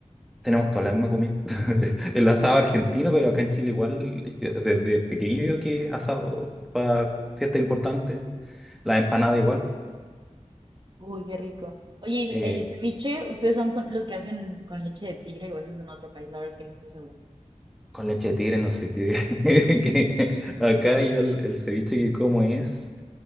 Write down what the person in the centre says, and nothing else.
tenemos toda la misma comida. <laughs> El asado argentino, pero acá en Chile igual, yo- desde pequeño yo que asado para fiestas importantes, la empanada igual,
eh,
con leche de tigre, no sé qué. <laughs> que acá yo el, el ceviche que como es